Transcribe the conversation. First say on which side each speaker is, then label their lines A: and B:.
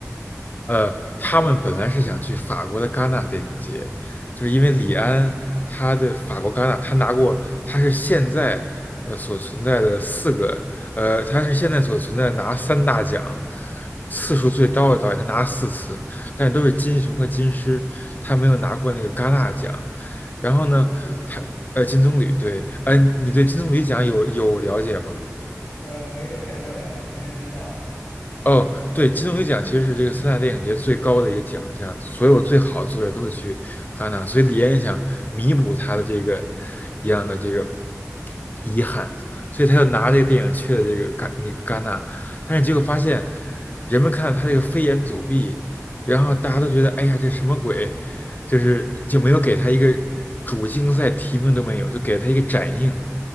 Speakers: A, on the left; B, on the left.
A: 呃，他们本来是想去法国的戛纳电影节，就是因为李安他对法国戛纳，他拿过，他是现在呃所存在的四个，呃，他是现在所存在的拿三大奖次数最高的导演，他拿了四次，但是都是金熊和金狮，他没有拿过那个戛纳奖。然后呢，
B: 《金棕榈》是吧？
A: 他呃金棕榈对，
B: 嗯，
A: 呃，你对金棕榈奖有有了解吗？
B: 呃，没有太多了解，只是知道。
A: 哦，对，金棕榈奖其实是这个三大电影节最高的一个奖项，所有最好的作者都会去戛纳，所以李安也想弥补他的这个一样的这个遗憾，所以他就拿这个电影去了这个戛那个戛纳，但是结果发现人们看到他这个飞檐走壁，然后大家都觉得哎呀这什么鬼，就是就没有给他一个主竞赛提名都没有，就给他一个展映，